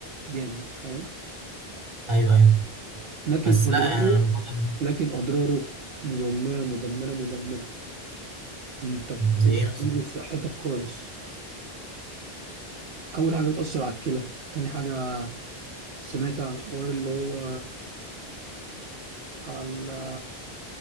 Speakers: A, on the right; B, on the right.
A: جامد فاهم
B: ايوه ايوه
A: لكن
B: بس
A: اضراره
B: لا يعني انا بفضل
A: لكن اضراره مدمره مدمره مدمره انت بتنزل
B: زي ايه مثلا
A: صحتك خالص اول حاجه بتاثر على الكلى تاني حاجه سمعت عن حوار اللي هو على